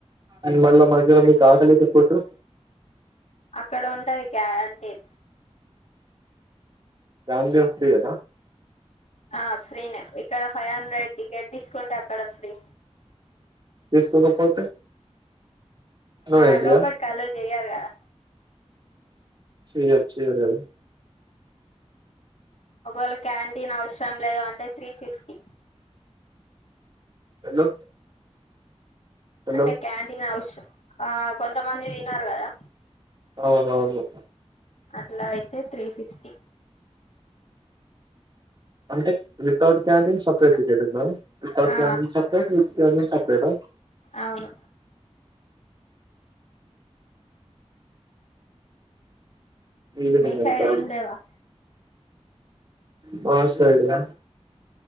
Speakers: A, on the right (about 40°); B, on the left (about 70°).
A: మళ్ళ మధ్యలో మీకు ఆకలికి ఫుడ్డు
B: అక్కడ ఉంటది క్యాంటీన్
A: క్యాంటీన్ ఫ్రీ యేన
B: ఆ ఫ్రీనే ఇక్కడ ఫైవ్ హండ్రెడ్ టికెట్ తీసుకుంటే అక్కడ ఫ్రీ
A: తీసుకోకపోతే నో
B: ఆ
A: ఎంట్రీ
B: లోపలికి అలో చేయాలి కదా
A: చేయరు చేయరు కదా
B: ఒకవేళ క్యాంటీన్ అవసరం లేదు అంటే త్రీ ఫిఫ్టీ
A: హలో హలో
B: అంటే క్యాంటీన్ అవసరం ఆ కొంతమంది తినరు కదా
A: అవునవును
B: అట్లా అయితే త్రీ ఫిఫ్టీ
A: అంటే వితౌట్ క్యాంటీన్ సప్ <unintelligible> సప్రేటు
B: ఆ
A: క్యాంటీన్ సప్రేటా
B: అవును
A: ఈవినింగ్
B: మీ సైడ్
A: వెళ్తారు
B: ఏం లేవా
A: మా సైడా